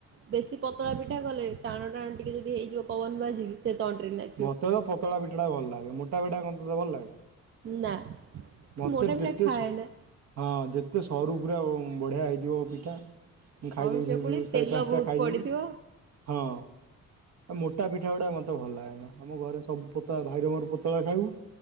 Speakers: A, on the right; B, on the right.
A: ବେଶୀ ପତଳା ପିଠା କଲେ ଟାଣ ଟାଣ ଟିକେ ଯଦି ହେଇଯିବ ପବନ ବାଜିକି। ସେ ତଣ୍ଟୀରେ ନା
B: ମୋତେ ତ ପତଳା ପିଠାଟା ଭଲ ଲାଗେ ମୋଟା ପିଠା କଣ ତତେ ଭଲ ଲାଗେ?
A: ନା
B: ମତେ
A: ମୋଟା
B: ଯେତେ
A: ପିଠା ଖାଏନା।
B: ସ ହଁ ଯେତେ ସରୁ ପୁରା ବଢ଼ିଆ ହେଇଥୀବ ପିଠା। ମୁଁ
A: ସରୁ
B: ଖାଇଦେବି
A: ଚକୁଳି ତେଲ
B: ଚାରି ପାଞ୍ଚଟା
A: ବହୁତ
B: ଖାଇଦେବି
A: ପଡିଥିବ।
B: ହଁ। ଆଉ ମୋଟା ପିଠା ଗୁଡ଼ା ମୋତେ ଭଲ ଲାଗେନା ଆମ ଘରେ ସବୁ ପୋ ଭାଇର ମୋରପତଳା ଖାଇବୁ।